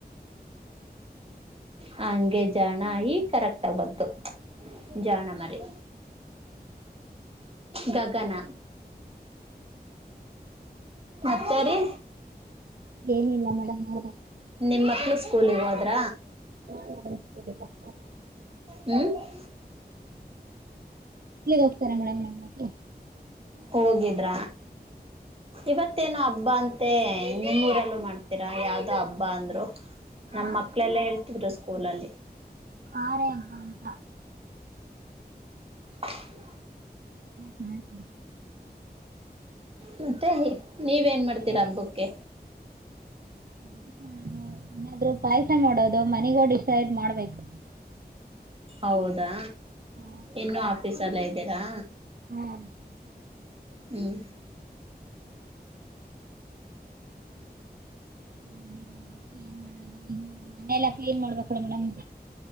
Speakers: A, on the right; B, on the right.
A: ಹಂಗೆ ಜಾಣ ಈಗ್ ಕರೆಕ್ಟಾಗಿ ಬಂತು ಜಾಣ ಮರಿ. ಗಗನ. ಮತ್ತೇ ರಿ.
B: ಏನಿಲ್ಲ ಮೇಡಮ್ ನೊರೆ.
A: ನಿಮ್ಮ ಮಕ್ಳು ಸ್ಕೂಲಿಗೆ ಹೋದ್ರ.
B: ಹಾಾಪ <unintelligible>
A: ಹ್ಮ್. <unintelligible>
B: ಇಲ್ ಸರಿ ಮೇಡಮ್ ಏನ್ ಮಾತು.
A: ಹೋಗಿದ್ರ ಇವತ್ತೇನು. <unintelligible> ಹಬ್ಬಾ ಅಂತೇ ನಿಮ್ಮೂರಲ್ಲೂ ಮಾಡ್ತೀರಾ ಯಾವ್ದೋ ಹಬ್ಬ ಅಂದ್ರು
B: ಹಾ
A: ನಮ್ಮ ಮಕ್ಳೆಲ್ಲ ಹೇಳ್. ಇವರು ಸ್ಕೂಲಲ್ಲಿ.
B: ಆ ರೇ ಏ ಏಮ್ ಅಂತ.
A: ಹ <unintelligible>
B: ನಾಕ. <unintelligible>
A: ಮತ್ತೆ ನೀವೇನ್
B: ನಿಮ್ಮೂರಲ್ಲಿ
A: ಮಾಡ್ತೀರಾ ಹಬ್ಬಕ್ಕೆ.
B: ಏನ್ ಮಾಡದು ಏನಾದ್ರು ಪಾಯಸ ಮಾಡೋದು ಮನೆಗೊಗಿ ಡಿಸೈಡ್ ಮಾಡ್ಬೇಕು.
A: ಹೌದಾ
B: ಹಾ
A: ಇನ್ನೂ ಆಫೀಸ್ ಅಲ್ಲೇ ಇದ್ದೀರಾ.
B: ಹೂ. <unintelligible>
A: ಹ್ಮ್. <unintelligible>
B: ಮನೆಗೊಗ್ಬೇಕು ಏನ್ ಮಾಡದು ಇನ್ನು ಮನೆಲ್ಲಾ ಕ್ಲೀನ್ ಮಾಡ್ಬೇಕು. ಹೇಳಿ ಮೇಡಂ